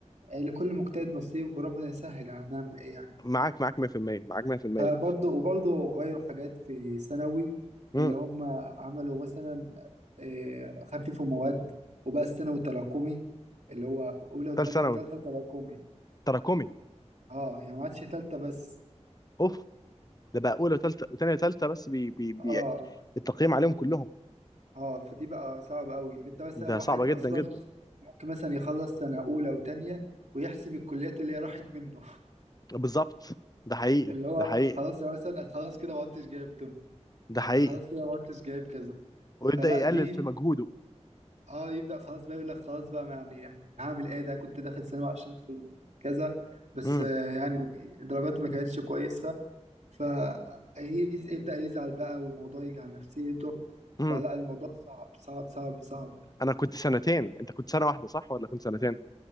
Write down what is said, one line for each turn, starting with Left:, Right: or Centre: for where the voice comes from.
Right: آه، لكل مجتهد نصيب وربنا يسهل هنعمل ايه يعني
Left: معاك معاك 100% معاك 100%
Right: فبرضه وبرضه غيروا حاجات في ثانوي
Left: امم
Right: اللي هم عملوا مثلا آه، خففوا مواد وبقى الثانوي تراكمي اللي هو أولى وتانية
Left: ثالث ثانوي
Right: وتالتة تراكمي
Left: تراكمي
Right: اه يعني ما عادش تالتة بس
Left: اوف ده بقى اولى وثالثه وثانيه وثالثه بس بي بي بي
Right: اه
Left: التقييم عليهم كلهم
Right: اه فدي بقى صعب قوي اللي انت مثلا
Left: ده
Right: واحد
Left: صعبه
Right: اصلا
Left: جدا جدا
Right: ممكن مثلا يخلص سنة أولى وتانية ويحسب الكليات اللي هي راحت منه <laughs>
Left: بالظبط ده حقيقي
Right: اللي هو
Left: ده حقيقي
Right: خلاص يا مثلا أنا خلاص كده ما عدتش جايب طب
Left: ده حقيقي
Right: أنا خلاص كده ما عدتش جايب كذا
Left: ويبدا
Right: فلا
Left: يقلل
Right: دي
Left: في مجهوده
Right: اه يبدأ خلاص بقى يقول لك خلاص بقى ما يعني هعمل ايه ده كنت داخل سينما عشان ادخل كذا بس
Left: امم
Right: آه، يعني درجاتي ما كانتش كويسة فيبدأ يزعل بقى والموضوع يجي على نفسيته
Left: امم
Right: فلا الموضوع صعب صعب صعب صعب
Left: انا كنت سنتين انت كنت سنه واحده صح ولا كنت سنتين